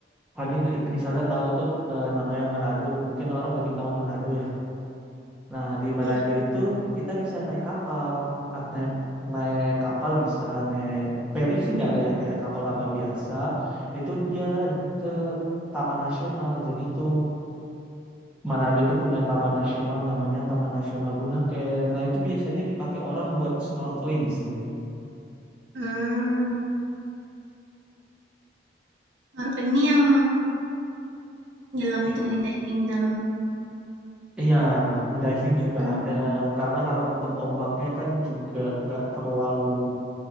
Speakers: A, in the centre; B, on the right.
A: Fani misalnya tahu tuh eh, namanya Manado mungkin orang lebih tahu Manado ya nah di Manado
B: Iya.
A: itu kita bisa naik kapal At- naik, naik kapal bisa naik feri sih nggak ada ya kayak kapal-kapal biasa itu dia ke Taman Nasional jadi itu Manado tuh punya taman nasional namanya Taman Nasional Bunake. Nah, itu biasanya dipakai orang buat snorkeling sih.
B: Hmm. Snorkeling ini yang nyelam itu kan di diving dalam.
A: Iya, diving juga
B: Mm.
A: ada. Karena kalau untuk ombaknya kan juga nggak terlalu